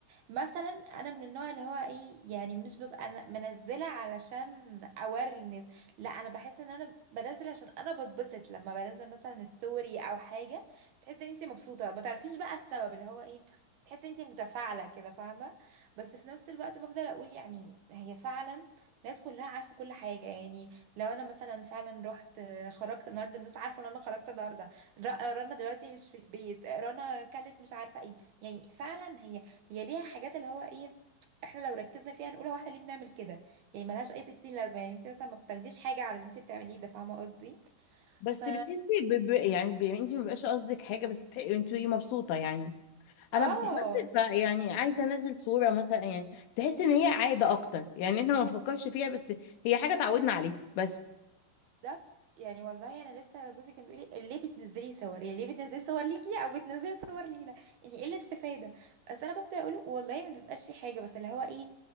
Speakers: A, on the right (about 65°); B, on the left (about 75°).
A: مثلا انا من النوع اللي هو ايه يعني مش ببقى أنا منزله علشان اوري الناس لا انا بحس ان انا بنزل عشان انا بتبسط لما بنزل مثلا ستوري او حاجه بتحسي ان انت مبسوطه ما تعرفيش بقى السبب اللي هو ايه تحسي ان انت متفاعله كده فاهمه بس في نفس الوقت بفضل اقول يعني هي فعلا الناس كلها عارفه كل حاجه يعني لو انا مثلا فعلا رحت خرجت النهارده الناس عارفه ان انا خرجت النهارده ر- رنا دلوقتي مش في البيت رنا كلت مش عارفه ايه يعني فعلا هي هي ليها حاجات اللي هو ايه احنا لو ركزنا فيها نقول هو احنا ليه بنعمل كده يعني ملهاش اي 60 لازمه يعني انت مثلا ما بتاخديش حاجه على اللي انت بتعمليه ده فاهمه قصدي
B: بس
A: ف
B: بتحسي ب... ب... يعني ب... انت ما بيبقاش قصدك حاجه بس تح- انت مبسوطه يعني
A: اه
B: انا بالظبط ف- يعني عايزه انزل صوره مثلا يعني تحس ان هي عاده اكتر يعني احنا ما بنفكرش فيها بس هي حاجه اتعودنا عليها بس
A: بالظبط يعني والله انا لسه جوزي كان بيقول لي ليه بتنزلي صور يعني ليه بتنزلي صور ليكي او بتنزلي صور لينا يعني ايه الاستفاده بس انا ببدا اقول له والله ما بيبقاش في حاجه بس اللي هو ايه